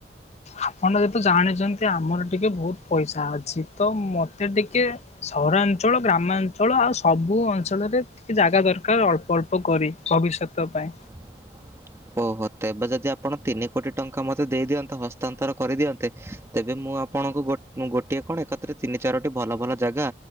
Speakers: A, on the left; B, on the right.
A: ଆପଣ ଯେହେତୁ ଜାଣିଚନ୍ତି ଆମର ଟିକେ ବହୁତ ପଇସା ଅଛି, ତ ମତେ ଟିକେ ସହରା ରାଞ୍ଚଳ ଗ୍ରାମାଞ୍ଚଳ ଆଉ ସବୁ ଅଞ୍ଚଳରେ ଟିକେ ଜାଗା ଦରକାର ଅଳ୍ପ ଅଳ୍ପ କରି, ଭବିଷ୍ୟତ ତ ପାଇଁ।
B: ହ ଓହ। ତେବେ ଯଦି ଆପଣ ତିନି କୋଟି ଟଙ୍କା ମୋତେ ଦେଇ ଦିଅନ୍ତ ହସ୍ତାନ୍ତର କରିଦିଅନ୍ତେ, ତେବେ ମୁଁ ଆପଣ ଗୋଟ୍ ଗୋଟିଏ କଣ ଏକାଥରେ ତିନି ଚାରଟି ଭଲ ଭଲ ଜାଗା